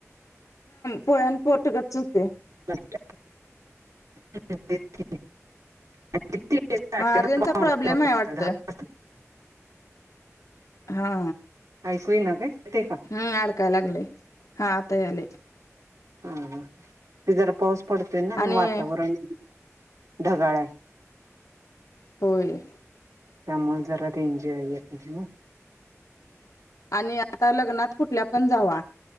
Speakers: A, on the left; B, on the right.
A: पोह्यान पोट गच्च होतेय
B: <inaudible> <inaudible>
A: हा रेंजचा प्रॉब्लेम आहे वाटतं हा
B: ऐकई ना का? ते
A: हम्म आडकायलागली हा आतायली
B: हा हा वि जरा पाऊस पडत ना
A: आणि
B: वातावरण ढगाळ आहे.
A: होय.
B: त्यामुळे जरा ते एनजॉय येत नाही.
A: आणि आता लग्नात कुठल्या पण जावा